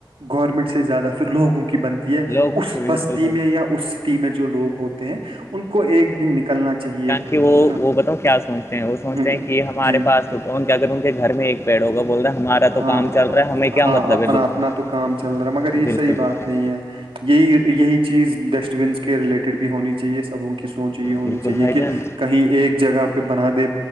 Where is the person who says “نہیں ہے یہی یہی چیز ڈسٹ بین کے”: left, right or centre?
Right